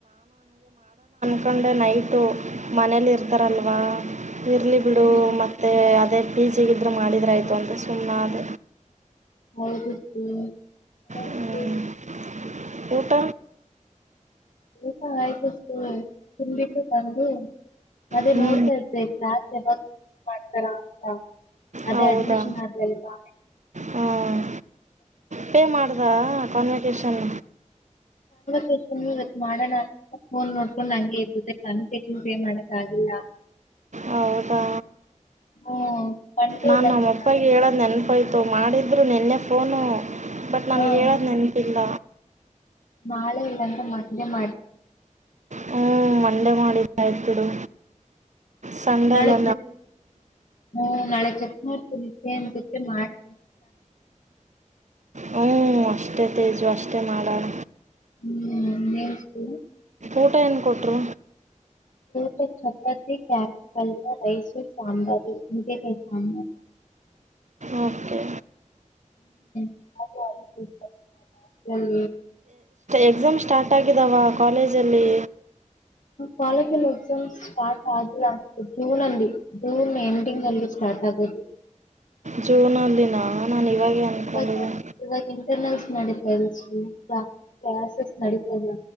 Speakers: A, on the right; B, on the left.
A: ಅನ್ಕೊಂಡೆ ನೈಟು ಮನೇಲಿ ಇರ್ತಾರಲ್ವಾ ಇರ್ಲಿ ಬಿಡು
B: ಹ್ಮ್
A: ಮತ್ತೆ ಅದೇ ಈಸಿ ಇದ್ರೆ ಮಾಡಿದ್ರ ಆಯ್ತು ಅಂತ ಸುಮ್ಮ ಅದ
B: ಹ
A: ಹ್ಞೂ ಊಟ?
B: ಊಟ ಆಯ್ತು <inaudible> ತಿಂದ ಬಿಟ್ಟು ಬಂದು ಅದೇ
A: ಹ್ಞೂ
B: ನೋಡ್ತಾ ಇದ್ದೆ <unintelligible> ಮಾಡ್ತಾರಾ ಅಂತ <unintelligible> ಅದೇ
A: ಹೌದಾ
B: ಅಡ್ಮಿಷನ್ ಆಗ್ಲ <inaudible>
A: ಹಾಂ ಪೇ ಮಾಡ್ದ ಕಾನ್ವೋಕೇಶನ್?
B: <unintelligible> ಮಾಡಣ ಅಂತ ಫೋನ್ ನೋಡ್ಕೊಂಡ್ ಅಂಗೆ ಇದ್ಬಿಟ್ಟೆ ಕಾನ್ವೋಕೇಶನ್ ಪೇ ಮಾಡಕ್ ಆಗಿಲ್ಲ.
A: ಹೌದಾ
B: ಹ್ಮ ಮಂಡೆ
A: ನಾನು
B: ಇಲ್ಲಾಂದ್ರೆ
A: ನಮ್ಮಪ್ಪಗೆ
B: ನಾಳೆ
A: ಹೇಳದು ನೆನ್ಪಾಯ ಅದು ಮಾಡಿದ್ರು ನನ್ನೆ ಫೋನು. ಬಟ್ ನನ್ಗ್
B: ಹಾ
A: ಹೇಳೋದ್ ನೆನ್ಪಿಲ್ಲ
B: ನಾಳೆ ಇಲ್ಲಾಂದ್ರ ಮಂಡೆ ಮಾಡ
A: ಹ್ಮ ಮಂಡೆ ಮಾಡಿದ್ ಆಯಿತು ಬಿಡು. ಸಂಡೇ
B: ನಾಳೆ
A: ಅಲ್ಲ
B: ಚ ಹ್ಮ ನಾಳೆ ಚಕಮಾಡ ಮಾಡ್
A: ಹ್ಮ ಅಷ್ಟೇ ತೇಜು ಅಷ್ಟೇ ಮಾಡೋಣ
B: ಹ್ಮ್ <inaudible>
A: ಊಟ ಏನು ಕೊಟ್ರು
B: ತು ಚಪ್ಪತಿ ಕ್ಯಾರ ಕಲ್ಲ ರೈಸು ಸಂಬರಿ ಮುಕಸ
A: ಓಕೆ
B: ಹ್ಮ
A: ಎಕ್ಸಾಮ್ ಸ್ಟಾರ್ಟ್ ಆಗ ಅವಾ ಕಾಲೇಜಲ್ಲಿ
B: ಕಾಲೇಜಲ್ಲಿ ಎಕ್ಸಾಮ್ ಸ್ಟಾರ್ಟ್ ಆಗಿಲ್ಲ ಅನ್ಸುತ್ತೆ ಜೂನ್ ಜೂನ್ ಎಂಡಿಂಗ್ ಅಲ್ಲಿ ಸ್ಟಾರ್ಟ್ ಆಗೋದು
A: ಜೂನ್ ಅಲ್ಲಿ ನಾ ನಾನು ಇವಾಗೇ ಅನ್ಕೊಂಡಿದ್ದ
B: ಇವಾಗ ಇವಾಗ ಇಂಟರ್ನಲ್ಸ್ ನಡೀತಾ ಕ್ಲಾಸಸ್ ನಡಿತಾ ಇಲ್ಲ